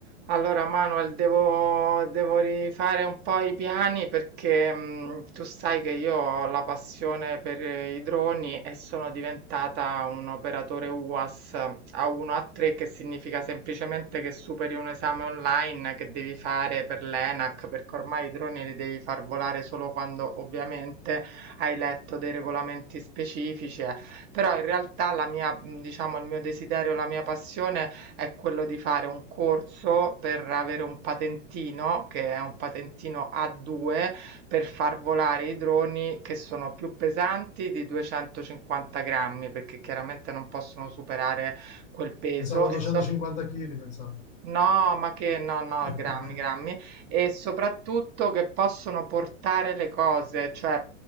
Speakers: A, on the right; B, on the left.
A: Allora Manuel, devo, devo rifare un po' i piani perché mh, tu sai che io ho la passione per eh, i droni e sono diventata un operatore UAS a 1 a 3 che significa semplicemente che superi un esame online che devi fare per l'ENAC perché ormai i droni li devi far volare solo quando ovviamente hai letto dei regolamenti specifici, eh. però in realtà la mia, mh, diciamo, il mio desiderio, la mia passione è quello di fare un corso per avere un patentino, che è un patentino A2, per far volare i droni che sono più pesanti di 250 grammi, perché chiaramente non possono superare quel peso
B: Pensavo 250
A: e so-
B: kg, pensavo.
A: No, ma che no, no,
B: <laughs>
A: grammi, grammi, e soprattutto che possono portare le cose, cioè